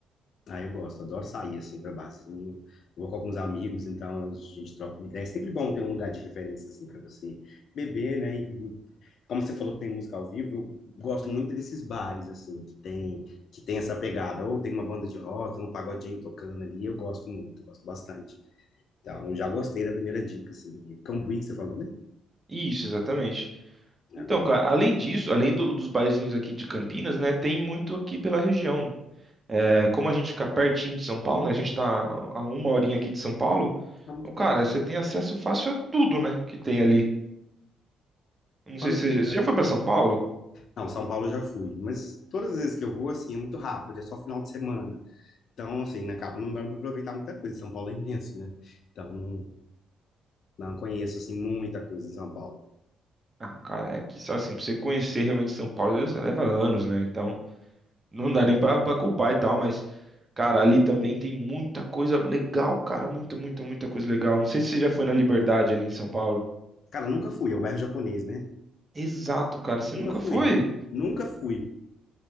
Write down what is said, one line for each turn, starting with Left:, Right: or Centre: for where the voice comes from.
Left: Ah, eu gosto, adoro sair assim para barzinho. Vou com alguns amigos, então a gente troca uma ideia. É sempre bom ter um lugar de referência assim para você beber, né? E, como você falou que tem música ao vivo, eu gosto muito desses bares assim que tem que tem essa pegada, ou tem uma banda de rock, um pagodinho tocando ali. Eu gosto muito, gosto bastante. Então, eu já gostei da primeira dica assim. E Cambuí que você falou, né?
Right: Isso, exatamente.
Left: Ah,
Right: Então,
Left: beleza.
Right: cara, além disso, além do- dos barzinhos aqui de Campinas, né, tem muito aqui pela região. É, como a gente fica pertinho de São Paulo, né, a gente tá a uma horinha aqui de São Paulo,
Left: Tá muito
Right: então,
Left: perto.
Right: cara, você tem acesso fácil a tudo, né, que tem ali. Não
Left: Olha,
Right: sei se
Left: é
Right: você
Left: verdade.
Right: já, você já foi pra São Paulo?
Left: Não, São Paulo eu já fui, mas todas as vezes que eu vou assim é muito rápido, é só final de semana. Então, assim, acaba não dando para aproveitar muita coisa. São Paulo é imenso, né? Então, não, não conheço, assim, muita coisa em São Paulo.
Right: Ah, cara, é que, só assim, pra você conhecer realmente São Paulo, leva anos, né, então... Não dá nem pra, pra culpar e tal, mas, cara, ali também tem muita coisa legal, cara. Muita, muita, muita coisa legal. Não sei se você já foi na Liberdade ali em São Paulo.
Left: Cara, nunca fui, é o bairro japonês, né?
Right: Exato, cara. Você
Left: Nunca
Right: nunca
Left: fui.
Right: foi?
Left: Nunca fui.